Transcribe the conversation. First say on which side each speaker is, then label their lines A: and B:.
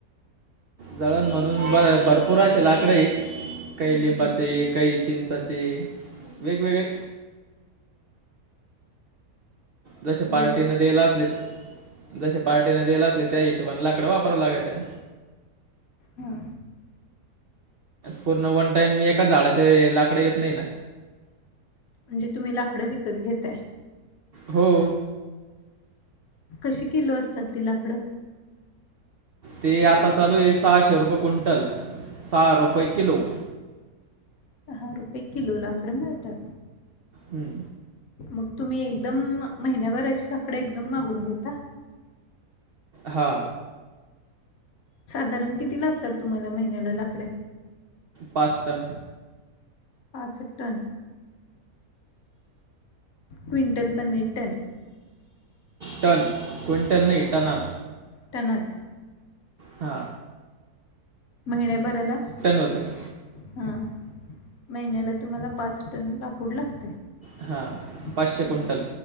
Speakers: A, on the right (about 65°); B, on the left (about 70°).
A: जळण म्हणून बर भरपूर असे लाकडेये काही
B: हं.
A: लिंबाचे काही चिंचाचे वेगवेगळे जसे
B: वेग
A: पार्टीन दिला असले. जसे पार्टीने दिला असले त्या हिशेबाने लाकड वापराव लागत्या.
B: हा.
A: पूर्ण वन टाइम मी एकाच झाडाचे लाकड येत नाही ना.
B: म्हणजे तुम्ही लाकडं विकत घेताय?
A: हो.
B: कशी किलो असतात ती लाकडं
A: ते आता चालू आहे सहाशे रुपये कुंटल सहा रुपये किलो.
B: सहा रुपये किलो लाकडं मिळतात.
A: हम्म.
B: मग तुम्ही एकदम महिन्याभराची लाकडे एकदम मागवून घेता.
A: हा
B: साधारण किती लागतात तुम्हाला महिन्याला लाकडे
A: पाचटन.
B: पाच टन क्विंटल पण नई टन.
A: टन क्विंटल नई टणात.
B: त्यानत
A: खा
B: महिन्याबरला
A: होतं
B: हा महिन्याला तुम्हाला पाच टन लाकूड लागतय. अह
A: हां पाचशे क्विंटल